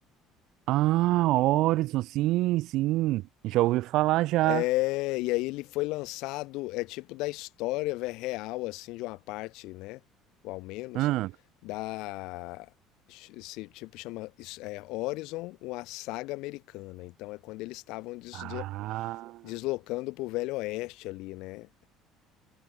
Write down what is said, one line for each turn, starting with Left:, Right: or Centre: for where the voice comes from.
Right: Ah, Horizon, sim, sim. Já ouvi falar já.
Left: É, e aí ele foi lançado, é tipo da história, velho, real, assim, de uma parte, né? Ou ao menos,
Right: Hum.
Left: da. Esse tipo chama isso é, Horizon, uma saga americana. Então é quando eles estavam deslo-
Right: Ah,
Left: deslocando pro Velho Oeste ali, né?